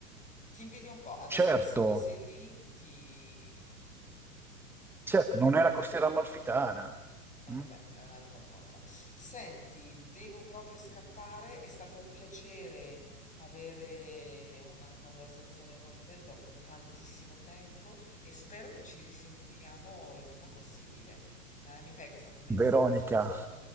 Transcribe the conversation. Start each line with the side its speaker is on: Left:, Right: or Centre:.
Left: Ti invidio un po', adesso
Centre: Certo,
Left: che so che sei lì, ti...
Centre: certo, non è la costiera amalfitana.
Left: Eh vabbè,
Centre: mm?
Left: è un'altra cosa. Senti, devo proprio scappare, è stato un piacere avere una conversazione con te dopo tantissimo tempo e spero che ci risentiamo il prima possibile. Eh, mi fai questa promessa,
Centre: Veronica,
Left: Angelo?